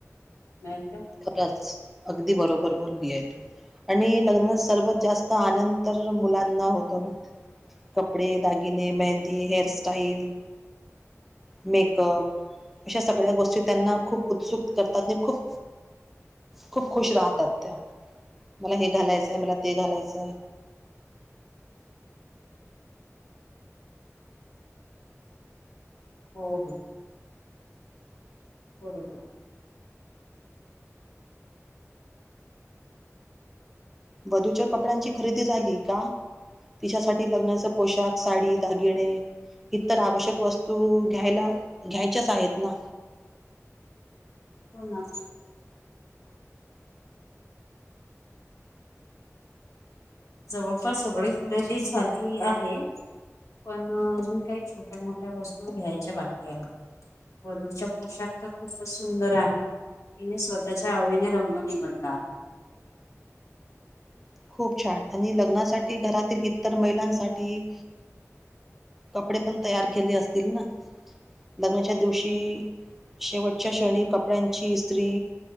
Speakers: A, on the left; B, in the centre.
A: नाही का
B: खरंच अगदी बरोबर बोलली आहे तू. आणि लग्नात सर्वात जास्त आनंद तर मुलांना होतो ना कपडे दागिने मेहंदी हेअरस्टाईल मेकअप अशा सगळ्या गोष्टी त्यांना खूप उत्सुक करतात आणि खूप खूप खुश राहतात त्या, मला हे घालायचंय मला ते घालायचंय.
A: हो हो. बरोबर.
B: वधूच्या कपड्यांची खरेदी झाली का? तिच्यासाठी लग्नाच पोशाख साडी दागिणे इतर आवश्यक वस्तू घ्यायला घ्यायच्याच आहेत ना
A: हो ना जवळपास सगळी खरेदी झाली आहे. पण अजून काही छोट्या मोठ्या वस्तू घ्यायच्या बाकी आहेत. वधूच्या पोशाख तर खूपच सुंदर आहे. तिने स्वतःच्या आवडीने रंग निवडला.
B: खूप छान. आणि लग्नासाठी घरातील इतर महिलांसाठी कपडे पण तयार केले असतील ना. लग्नाच्या दिवशी शेवटच्या क्षणी कपड्यांची इत्री